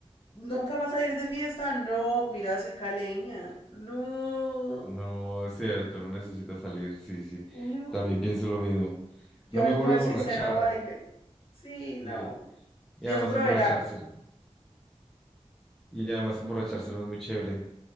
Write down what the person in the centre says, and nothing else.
No, es cierto, no necesita salir, sí, sí.
También pienso lo mismo.
No
me vuelvo a emborrachar,
sí. Y
además
emborracharse. Y además emborracharse no es muy chévere.